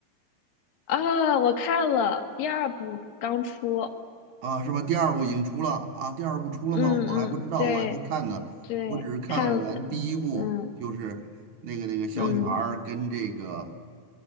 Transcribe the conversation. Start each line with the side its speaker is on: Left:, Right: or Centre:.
Left: 啊，我看了第二部刚出，
Right: 啊，是吧？第二部已经出了啊，第二部出了吗？
Left: 嗯嗯，
Right: 我还不知道，
Left: 对
Right: 我还没看呢，
Left: 对，
Right: 我只是看了咱第一部，
Left: 看了，嗯
Right: 就是那个那个小女孩儿跟这个
Left: 嗯，